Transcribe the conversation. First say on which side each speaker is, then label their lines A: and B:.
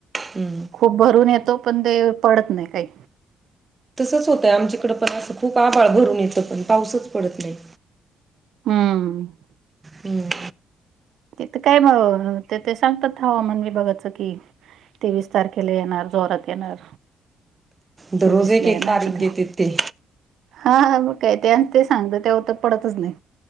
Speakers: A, on the right; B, on the right.
A: हम्म
B: खूप भरून येतो पण ते पडत नाही काही.
A: तसंच होतंय आमच्याकडं पण असं खूप आभाळ भरून येतं पण पाऊसच पडत नाही.
B: हम्म.
A: हम्म.
B: तिथं काय ते ते सांगतात हवामान विभागाचं कि तेवीस तारखेला येणार जोरात येणार.
A: दररोज
B: चोवीस
A: एक
B: ला
A: एक
B: ना
A: तारीख
B: आपण
A: देतेत ते
B: हा हा मग काय त्या ते सांगत त्या हो तर पडतच नाही.